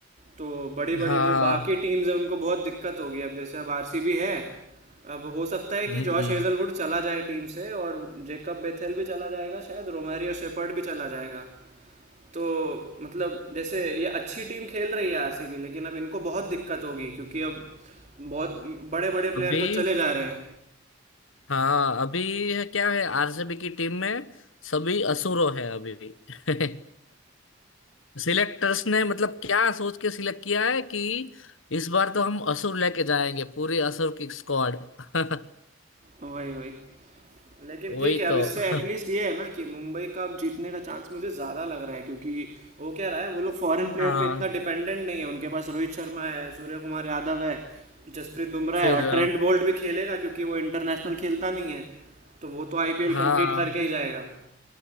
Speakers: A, on the right; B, on the left.
A: तो बड़ी बड़ी
B: हाँ
A: जो बाकी टीम्स हैं उनको बहुत दिक्कत होगी अब जैसे अब आरसीबी है अब हो सकता है
B: हम्म,
A: कि जॉश हेजलवुड चला जाए टीम से और जेकब बेथेल भी चला जाएगा शायद रोमारियो शेपर्ड भी चला जाएगा तो मतलब जैसे ये अच्छी टीम खेल रही है आरसीबी लेकिन अब इनको बहुत दिक्कत होगी क्योंकि अब बहुत बड़े बड़े प्लेयर
B: अभी
A: तो चले जा रहे हैं
B: हाँ अभी है क्या है आरसीबी की टीम में सभी असुरो है अभी <laughs> सिलेक्टर्स ने मतलब क्या सोच के सिलेक्ट किया है कि इस बार तो हम असुर लेके जाएंगे पूरी असुर की स्क्वाड <laughs>
A: वही वही लेकिन
B: वही
A: ठीक है अब
B: तो
A: इससे एटलीस्ट
B: <laughs>
A: ये है ना कि मुंबई का अब जीतने का चांस मुझे ज़्यादा लग रहा है क्योंकि वो क्या रहा है वो लोग फॉरेन प्लेयर
B: हाँ
A: पे इतना डिपेंडेंट नहीं है उनके पास रोहित शर्मा है सूर्य कुमार यादव है जसप्रीत बुमराह
B: फिर
A: है और
B: अ,
A: ट्रेंट बोल्ट भी खेलेगा क्योंकि वो इंटरनेशनल खेलता नहीं है तो वो तो आईपीएल
B: हाँ
A: कंप्लीट करके ही जाएगा